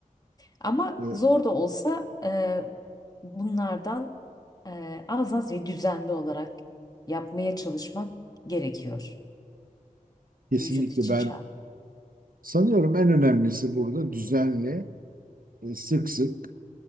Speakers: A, on the left (about 25°); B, on the right (about 80°).
A: Ama
B: Ve
A: zor da olsa e, bunlardan e, az az ve düzenli olarak yapmaya çalışmak gerekiyor.
B: kesinlikle
A: Vücut için
B: ben
A: şart.
B: Sanıyorum en önemlisi burada düzenli, e, sık sık